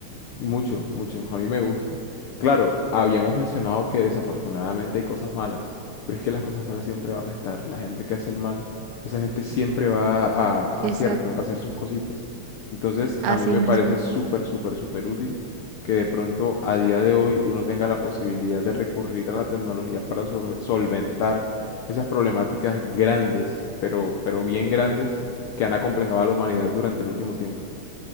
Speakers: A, on the left (about 80°); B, on the right (about 80°).
A: Mucho, mucho. A mí me gusta. Claro, habíamos mencionado que desafortunadamente hay cosas malas, pero es que las cosas malas siempre van a estar. La gente que hace el mal, esa gente siempre va a,
B: Exacto,
A: a cierto, a hacer sus cositas. Entonces,
B: así
A: a mí me
B: mismo.
A: parece súper, súper, súper útil que de pronto a día de hoy uno tenga la posibilidad de recurrir a la tecnología para sol- solventar esas problemáticas grandes, pero, pero bien grandes, que han acomplejado a la humanidad durante el último tiempo.